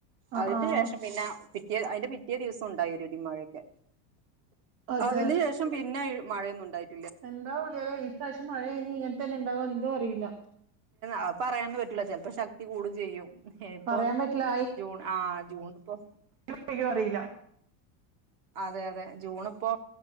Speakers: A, on the right; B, on the right.
A: ആഹ്
B: അതിന്റെ
A: ആഹ്
B: ശേഷം പിന്നെ പിറ്റേ അയ്‌ന്റെ പിറ്റേ ദിവസണ്ടായൊരുടിം മഴൊക്കെ
A: അതെ
B: അതിന് ശേഷം പിന്നെ ഈ മഴയൊന്നുണ്ടായില്ല
A: എന്താ വിളിയാഈ പ്രാവശ്യം മഴയനി ഇങ്ങന് ത്തന്നെ ണ്ടാവോ ന്തോ അറില
B: അ പറയാനന്നും പറ്റുല ചെലപ്പോ ശക്തി കൂടും ചെയ്യും ഇപ്പൊ
A: പറയാൻ പറ്റില്ല
B: ജൂൺ ആ ജൂൺപ്പോ
A: പെയ്യോന്ന് അറില്ല
B: അതെ അതെ ജൂണ്പ്പോ